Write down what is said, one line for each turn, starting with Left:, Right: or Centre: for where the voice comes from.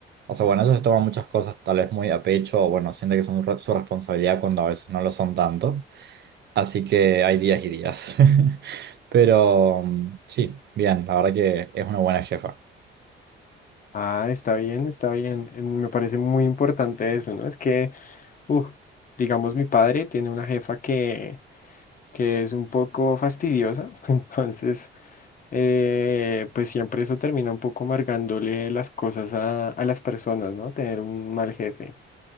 Right: o sea, bueno, ella se toma muchas cosas tal vez muy a pecho, o bueno, siente que son re- su responsabilidad cuando a veces no lo son tanto, así que hay días y días, <laughs> pero mm, sí, bien, la verdad que es una buena jefa.
Left: Ah, está bien, está bien. Eh, Me parece muy importante eso, ¿no? Es que, uf, digamos, mi padre tiene una jefa que, que es un poco fastidiosa, <laughs> entonces... eh, pues siempre eso termina un poco amargándole las cosas a, a las personas, ¿no? Tener un mal jefe.